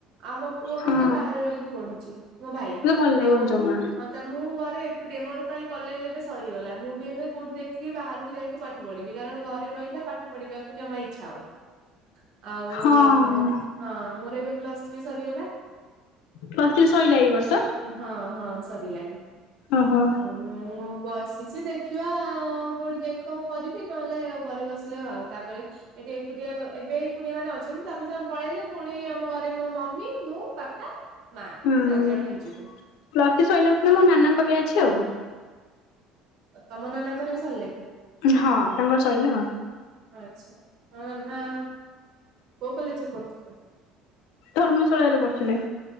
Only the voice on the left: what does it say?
ହଁ
କିନ୍ତୁ ଭଲ ଲାଗିବନି
ଜମା।
ହଁ
ପ୍ଲସ୍ ଥ୍ରୀ ସଇଲା ଏଇ ବର୍ଷ?
ଓହୋ
ହୁଁ
ପ୍ଲସ୍ ଥ୍ରି ସଇଲା ମାନେ ମୋ ନାନାଙ୍କ ବ୍ୟାଚ୍ ଆଉ।
ହଁ ତାଙ୍କର ସଇଲା।
ଧର୍ମଶାଳାରେ ପଢୁଥିଲେ।